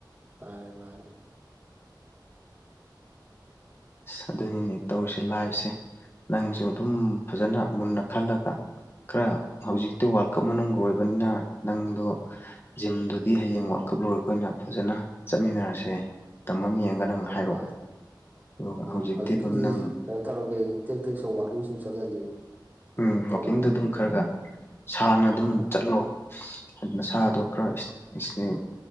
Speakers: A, on the right; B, on the left.
A: ꯃꯥꯅꯦ ꯃꯥꯅꯦ
B: ꯑꯁ ꯑꯗꯨꯅꯤꯅꯦ ꯇꯧꯔꯤꯁꯦ ꯂꯥꯏꯐ ꯁꯦ ꯅꯪꯁꯨ ꯑꯗꯨꯝ ꯐꯖꯅ ꯃꯨꯟꯅ ꯈꯜꯂꯒ ꯈꯔ ꯍꯧꯖꯤꯛꯇꯤ ꯋꯥꯔꯜ ꯀꯞ ꯃꯅꯨꯡ ꯑꯣꯏꯕꯅꯤꯅ ꯅꯪꯗꯣ ꯖꯤꯝꯗꯨꯗꯤ ꯍꯌꯦꯡ ꯋꯥꯔꯜ ꯀ ꯀꯞ ꯂ‌ꯣꯏꯔꯒ ꯑꯣꯏꯅ ꯐꯖꯅ ꯆꯠꯃꯤꯟꯅꯔꯁꯦ ꯃꯇꯝ ꯑꯝ ꯌꯦꯡꯉꯒ ꯅꯪ
A: ꯍꯣꯏ
B: ꯍꯥꯏꯔꯛꯑꯣ
A: ꯍꯣꯏ
B: ꯑꯗꯨꯒ
A: ꯎꯝ
B: ꯍꯧꯖꯤꯛꯇꯤ
A: ꯍꯧꯖꯤꯛꯀꯤꯗꯤ
B: ꯑꯗꯨꯝ ꯅꯪ
A: ꯀꯩꯅꯣ ꯇꯧꯔꯒꯦ ꯇꯦꯛ ꯇꯦꯛ ꯁꯨꯝ ꯋꯥꯛꯀꯤꯡ ꯁꯨꯝ ꯆꯠꯂꯒꯦ ꯀꯩꯅꯣ
B: ꯎꯝ
A: ꯇꯧꯅꯕ
B: ꯋꯥꯛꯀꯤꯡꯗꯣ ꯑꯗꯨꯝ
A: ꯑꯗꯨꯒ
B: ꯈꯔ ꯈꯔ ꯁꯥꯡꯅ ꯑꯗꯨꯝ
A: ꯑꯥ
B: ꯆꯠꯂꯣ ꯍꯥꯏ ꯅꯁꯥꯗꯣ
A: ꯍꯣꯏ ꯍꯣꯏ
B: ꯈꯔ ꯏꯁ ꯏꯁ ꯅꯪ